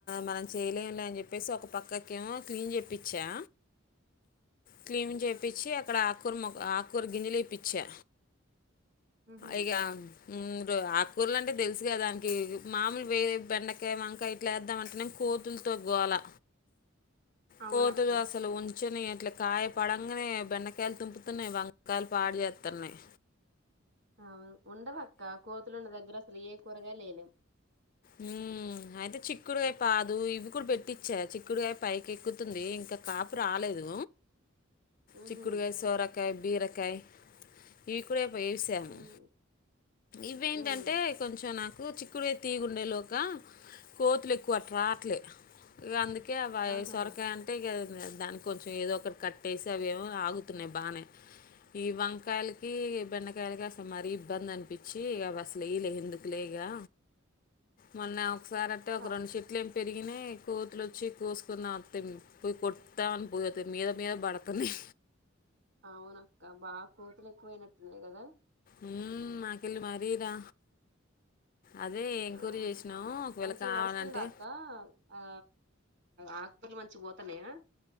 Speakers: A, on the left; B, on the right.
A: మనం చేయలేములే అని చెప్పేసి ఒక పక్కకేమో క్లీన్ చెప్పించా క్లీన్ చేపించి ఇక్కడ ఆకురు మోక్ ఆక్ కురు గినిలేపిచ్చా
B: ఉహు
A: ఇగ ఉమ్ ఆకుకూరలు అంటే తెలుసు కదానికి మామూలువే బెండకాయ వంకాయ ఇట్లా వేద్దామంటేనే కోతులతో గోలా
B: అవునక్క
A: కోతులు అసలు ఉన్ చున్నయ్ అట్లా కాయ పడంగానే బెండకాయలు తుంపుతున్నాయి వం కాయలు పాడుజేతున్నాయ్
B: అవును, ఉండవక్క కోతులున్న దగ్గర అసలు ఏ కూరగాయ ఏయలేం
A: ఉమ్ అయితే చిక్కుడుగాయ పాదు ఇవి కూడా పెట్టించా చిక్కుడుగాయ పైకి ఎక్కుతుంది ఇంకా కాపు రాలేదు
B: ఉహు
A: చిక్కుడుగాయ సోర కాయ బీరకాయ ఈ కూడా వేసాము
B: ఉమ్
A: ఇవేంటంటే
B: ఉమ్
A: కొంచెం నాకు డుచక్కుడుకాయ తీగ ఉండే లోగా కోతు ఎక్కులే అటు రావట్లే ఇగ అందుక్ కె అవి
B: ఆహా
A: సొరకా అంటే ఇగ దానికి కొంచెం ఏదో ఒకటి కట్టేసి అవిమో ఆగుతున్నాయి బానే ఈ వంకాయలకి బెండకాయలకి అసలు మరీ ఇబ్బంది అనిపించి అవి అసలు ఏయ్యాలె ఎందుకులే ఇగా మొన్న సారంటే
B: ప
A: ఒక రెండు చెట్లిప్ పెరిగినై కోతులు వచ్చి కోసుకున్నాం అంతే మేము పోయి కొడతాం అని పోతే మీద మీద పడుతున్నాయి
B: అవున అక్క బాగా కోతులు ఎక్కువయినట్టున్నాయి కదా
A: ఉమ్ మాకెల్లి బాదేయదా. అదే ఎంక్వైరీ
B: అవును
A: చేసినాము ఒకవేళ
B: మంచిగా
A: కావాలంటే.
B: నడుస్తుందా అక్క ఆ ఆకుకూరలు మంచిగ పోతున్నాయా.